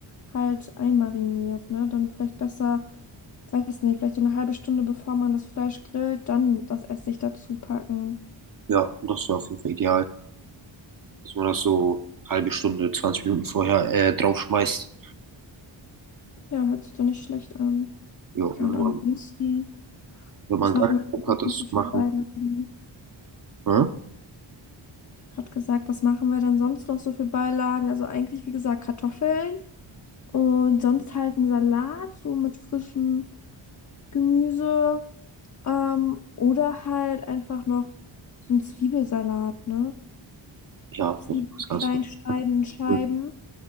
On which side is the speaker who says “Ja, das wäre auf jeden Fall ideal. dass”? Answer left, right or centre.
Right